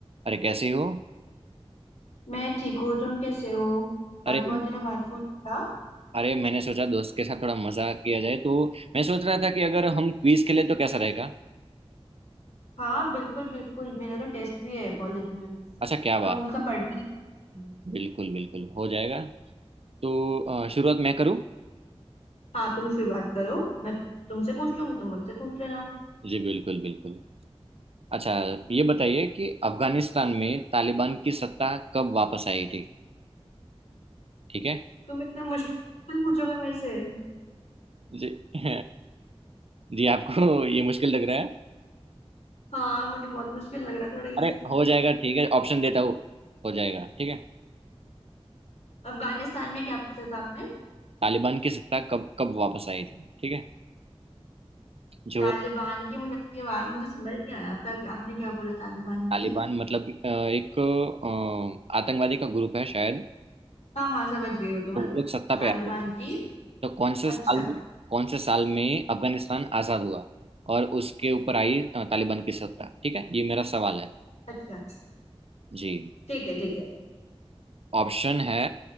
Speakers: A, on the right; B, on the left.
A: अरे कैसे हो
B: मैं ठीक हूँ तुम कैसे हो
A: अरे
B: आज बहुत दिनों बाद फोन किया
A: अरे मैंने सोचा दोस्त के साथ थोड़ा मजाक किया जाए तो मैं सोच रहा था कि अगर हम क्विज खेले तो कैसा रहेगा
B: हाँ बिल्कुल बिल्कुल मेरा तो टेस्ट भी है कॉलेज में
A: अच्छा क्या बात
B: तो हम उसका पढ़ भी रही थी।
A: बिल्कुल बिल्कुल हो जाएगा तो अ, शुरुआत मैं करूं
B: हाँ तुम शुरुआत करो मैं तुमसे पूछ लूंगी तुम मुझसे पूछ लेना
A: जी बिल्कुल बिल्कुल अच्छा ये बताइए कि अफगानिस्तान में तालिबान की सत्ता कब वापस आई थी ठीक है
B: तुम इतना मुश्किल पूछोगे मेरे से
A: जी <laughs> जी आपको ये मुश्किल लग रहा है
B: हाँ मुझे बहुत मुश्किल लग रहा है थोड़ा इजी
A: अरे
B: पूछो
A: हो जाएगा ठीक है ऑप्शन देता हूँ हो जाएगा ठीक है
B: अफगानिस्तान में क्या पूछा था आपने
A: तालिबान की सत्ता कब कब वापस आई थी ठीक है जो
B: तालिबान की मुझे आपकी आवाज मुझे समझ नहीं आया आपका आपने क्या बोला तालिबान
A: तालिबान
B: की
A: मतलब अ, एक अ, आतंकवादी का ग्रुप है शायद
B: हाँ हाँ समझ गई वो तो मैं
A: तो वो लोग सत्ता पे
B: तालिबान
A: आए थे
B: की
A: तो कौन से
B: अच्छा
A: साल में कौन से साल में अफगानिस्तान आजाद हुआ और उसके ऊपर आई अ, तालिबान की सत्ता ठीक है ये मेरा सवाल है
B: अच्छा
A: जी
B: ठीक है ठीक है
A: ऑप्शन है